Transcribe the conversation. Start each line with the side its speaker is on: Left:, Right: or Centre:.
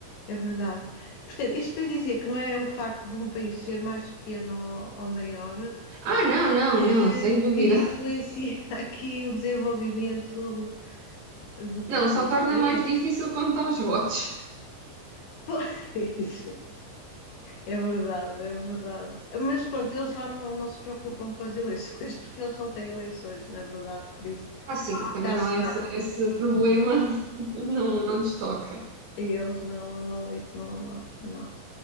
Left: É verdade. Portanto, isto para dizer que não é o facto de um país ser mais pequeno ou, ou maior
Right: Ah, não, não,
Left: que,
Right: não, sem dúvida.
Left: que influencia <laughs> aqui o desenvolvimento do,
Right: Não, só
Left: desse
Right: torna
Left: país.
Right: mais difícil contar os votos.
Left: Pois, é verdade, é verdade. Mas pronto, eles lá não, não se preocupam com as eleições porque eles não têm eleições, na verdade, por isso
Right: Ah, sim, também
Left: está-se
Right: não é
Left: bem.
Right: esse, esse problema, <laughs> não, não lhes toca.
Left: E eles não, não, isso não, não, não.